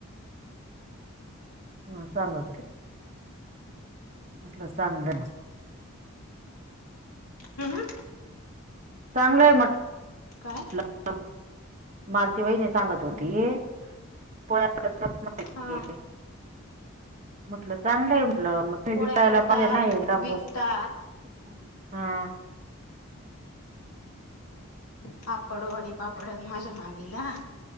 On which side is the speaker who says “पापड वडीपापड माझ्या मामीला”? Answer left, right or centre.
Left